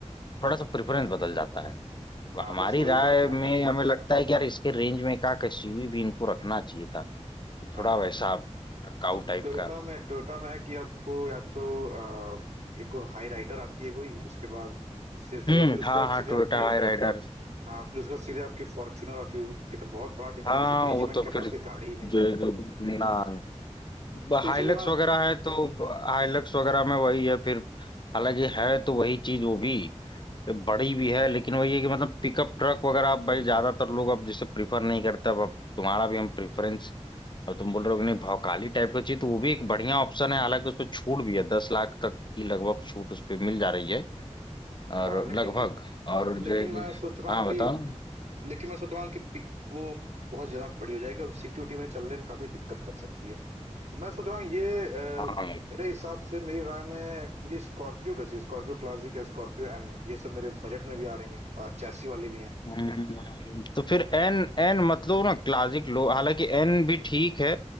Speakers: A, on the left; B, on the right.
A: थोड़ा सा प्रेफरेंस बदल जाता है
B: हाँ
A: हमारी
B: बस वही
A: राय
B: बात है
A: में हमें लगता है कि यार इसके रेंज में का एसयूवी भी इनको रखना चाहिए था तो
B: हाँ
A: थोड़ा वैसा भड़काऊ
B: अब
A: टाइप
B: टोयोटा
A: का
B: में टोयोटा में है कि आपको या तो अ, एक हाई राइडर आती है कोई उसके बाद सिर्फ
A: हम्म
B: फिर उसके
A: हाँ
B: बाद
A: हाँ
B: सीधे
A: टोयोटा
B: आपकी
A: हाई राइडर
B: हाँ फिर उसके बाद सीधे आपकी फॉर्च्यूनर आती है कितना बहुत बड़ा डिफरेंस
A: हाँ
B: है बीच
A: वो
B: में इनके
A: तो फिर
B: पास कोई गाड़ी ही नहीं
A: जो
B: है
A: है कि ना ब-
B: तो
A: हाइलक्स
B: इसीलिए
A: वगैरह है तो ब- हाइलक्स वगैरह में वही है फिर हालांकि है तो वही चीज वो भी बड़ी भी
B: मैं
A: है लेकिन वही है कि मतलब पिकअप ट्रक वगैरह अब भाई ज्यादातर लोग अब जैसे प्रीफर नहीं करते अब अब तुम्हारा भी हम प्रेफरेंस अब तुम बोल रहे हो कि नहीं भौकाली टाइप का चीज तो वो भी एक बढ़िया ऑप्शन है हालांकि उस पर छूट भी है दस लाख तक की लगभग छूट उस पर मिल जा रही है और
B: हाँ लेकिन
A: लगभग और जो
B: लेकिन
A: है कि
B: मैं सोच रहा
A: हाँ
B: हूँ
A: बताओ
B: कि लेकिन मैं सोच रहा हूँ कि पिक वो बहुत ज्यादा बड़ी हो जाएगी और सिक्योरिटी में चलने में काफी दिक्कत कर सकती है तो मैं सोच रहा हूँ ये
A: हाँ
B: अ, मेरे हिसाब से मेरी राय में ये स्कॉर्पियो का चाहिए स्कॉर्पियो क्लासिक या स्कॉर्पियो एन ये सब मेरे बजट में भी आ रही हैं और चैसी वाली भी हैं
A: हम्म, तो फिर एन एन मतलब ना क्लासिक लो हालांकि एन भी ठीक है